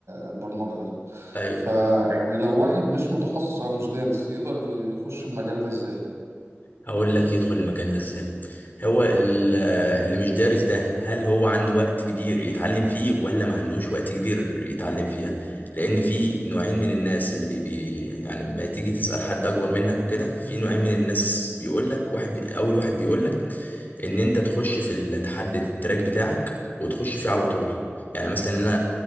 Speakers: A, on the right (about 85°); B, on the left (about 45°).
A: البرمجة دي
B: ايوه
A: فيعني لو واحد مش متخصص او مش دارس يقدر يخش المجال ده ازاي
B: هقول لك يدخل المجال ده ازاي هو ال- اللي مش دارس ده هل هو عنده وقت كبير يتعلم فيه ولا ما عندوش وقت كبير يتعلم فيها لان في نوعين من الناس اللي بي بي يعني لما تيجي تسأل حد اكبر منك وكده في نوعين من الناس بيقول لك واحد بي اول واحد بيقول لك ان انت تخش في ال- تحدد التراك بتاعك وتخش فيه على طول يعني مثلا انا